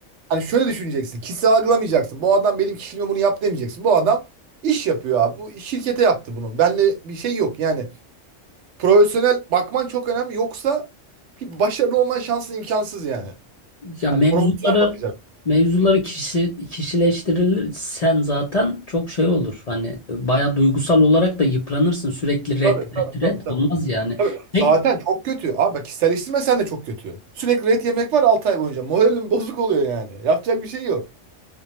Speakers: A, on the right; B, on the left.
A: hani şöyle düşüneceksin. Kişisel algılamayacaksın. Bu adam benim kişiliğime bunu yap demeyeceksin. Bu adam iş yapıyor abi. Bu şirkete yaptı bunu. Benle bir şey yok yani profesyonel bakman çok önemli. Yoksa bir başarılı olman şansın imkansız yani.
B: Ya
A: Hani
B: mevzuları
A: profesyonel bakacak.
B: mevzuları kişi, kişileştirirsen zaten çok şey olur. Hani baya duygusal olarak da yıpranırsın sürekli red
A: Tabii
B: red
A: tabii
B: red
A: tabii tabii.
B: olmaz yani.
A: Tabii.
B: Pek
A: Zaten çok kötü. Abi bak kişiselleştirme sen de çok kötü. Sürekli ret yemek var 6 ay boyunca. Moralim <laughs> bozuk oluyor yani. Yapacak bir şey yok.